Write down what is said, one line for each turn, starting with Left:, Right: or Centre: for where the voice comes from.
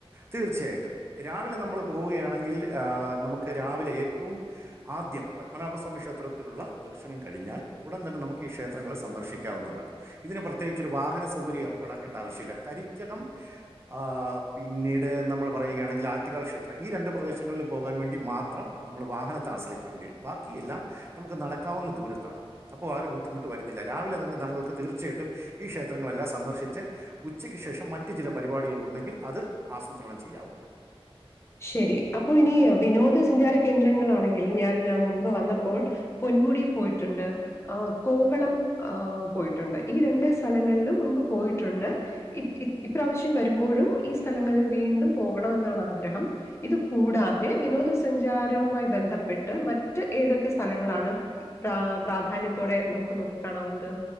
Right: തീർച്ചയായിട്ടും രാവിലെ നമ്മള് പോവുകയാണെങ്കിൽ നമുക്ക് രാവിലെ ഏറ്റവും ആദ്യം പത്മനാഭസ്വാമി ക്ഷേത്രത്തിലുള്ള ദർശനം കഴിഞ്ഞാൽ ഉടൻ തന്നെ നമുക്ക് ഈ ക്ഷേത്രങ്ങളെ സ് ദർ സന്ദർശിക്കാവുന്നതാണ് ഇതിന് പ്രത്യേകിച്ച് ഒരു വാഹന സൗകര്യം ഏർപ്പെടാക്കേണ്ട ആവശ്യല്ല കരിക്കകം ആ ആ പിന്നീട് നമ്മള് പറയുകയാണെങ്കിൽ ആറ്റുകാൽ ക്ഷേത്രം ഈ രണ്ട് പ്രദേശങ്ങളിലും പോകാൻ വേണ്ടി മാത്രം നമ്മള് വാഹനത്താണ് ആശ്രയിക്കുണ്ടി വരും ബാക്കി എല്ലാം നമുക്ക് നടക്കാവുന്ന ദൂരത്താണ് അപ്പോൾ ആ ഒരു ബുദ്ധിമുട്ട് വരുന്നില്ല രാവിലെ തന്നെ താങ്കൾക്ക് തീർച്ചയായിട്ടും ഈ ക്ഷേത്രങ്ങളെല്ലാം സന്ദർശിച്ച് ഉച്ചയ്ക്ക് ശേഷം മറ്റു ചില പരിപാടികൾ ഉണ്ടെങ്കിൽ അത് അസൂ ത്രണം ചെയ്യാവുന്നതാണ്
Left: ശരി അപ്പൊ ഇനി വിനോദ സഞ്ചാര കേന്ദ്രങ്ങളാണെങ്കിൽ ഞാൻ മുൻപ് വന്നപ്പോൾ പൊന്മുടി പോയിട്ടുണ്ട് ആ കോവളം ആ പോയിട്ടുണ്ട് ഈ രണ്ട് സ്ഥലങ്ങളിലും മുൻപ് പോയിട്ടുണ്ട് ഇ ഇ ഇപ്രാവശ്യം വരുമ്പോഴും ഈ സ്ഥലങ്ങൾ വീണ്ടും പോകണമെന്നാണ് ആഗ്രഹം ഇത് കൂടാതെ വിനോദസഞ്ചാരവുമായി ബന്ധപ്പെട്ട് മറ്റ് ഏതൊക്കെ സ്ഥലങ്ങളാണ് പ്ര പ്രാധാന്യത്തോടെ നമുക്ക് നോക്കി കാണാവുന്നത്